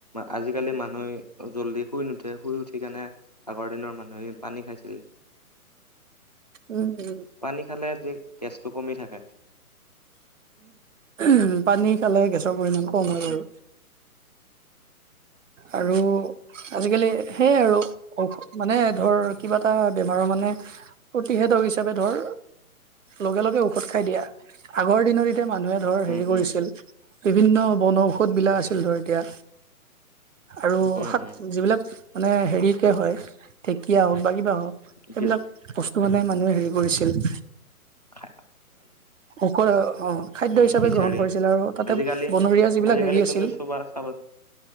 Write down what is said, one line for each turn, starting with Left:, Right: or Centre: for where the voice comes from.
Left: আজিকালি মানুহে জল্দি শুই নুঠে, শুই উঠি কেনে আগৰ দিনৰ মানে পানী খাইছিল,
Right: উম, উম,
Left: পানী খালে যে টো কমি থাকে।
Right: উম পানী খালে গেছৰ পৰিমাণ কম হয় বাৰু।
Left: উম
Right: আৰু
Left: উম
Right: আজিকালি সেয়াই আৰু মানে ধৰ কিবা এটা বেমাৰৰ মানে উত প্ৰতিষেধক হিচাপে ধৰ লগে লগে ঔষধ খাই দিয়া। আগৰ দিনৰ তিয়া মানুহে ধৰ
Left: উম
Right: হেৰি
Left: উম
Right: কৰিছিল, বিভিন্ন বনঔষধবিলাক আছিল ধৰ এতিয়া আৰু
Left: উম
Right: শাক
Left: উম
Right: যিবিলাক মানে হেৰিকে হয় ঢেঁকীয়া হওক বা কিবা হওক সেইবিলাক
Left: কি
Right: বস্তু মানে মানুহে হেৰি কৰিছিল।
Left: খা
Right: ঔখ খাদ্য
Left: উম
Right: হিচাপে
Left: বিচাৰি
Right: গ্ৰহণ কৰিছিল আৰু তাতে
Left: আজিকালি
Right: বনৰীয়া যিবিলাক
Left: আজিকালি
Right: হেৰি
Left: তুমি
Right: আছিল
Left: চবা চাবচোন।